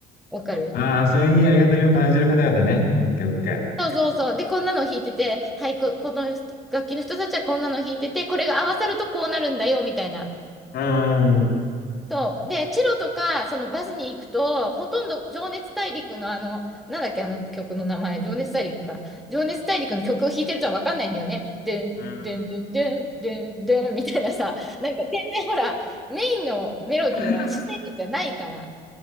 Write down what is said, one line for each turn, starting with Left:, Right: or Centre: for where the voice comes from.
Centre: わかる
Left: ああ、それにありがたみを感じる方々ね。オッケーオッケー。
Centre: そうそうそう。で、こんなの弾いてて、はい、こ、この人楽器の人たちはこんなの弾いてて、これが合わさるとこうなるんだよ、みたいな。
Left: うん、うん、
Centre: そう。で、チェロとか、そのバスに行くと、ほとんど情熱大陸のあの、なんだっけ、あの曲の名前、情熱大陸か。情熱大陸の曲を弾いてるとは分かんないんだよね。でん、
Left: うん。
Centre: でん、でん、でん、でん、でん、みたいなさ、なんか全然ほら、メインのメロディーは主旋律じゃないから、
Left: <laughs>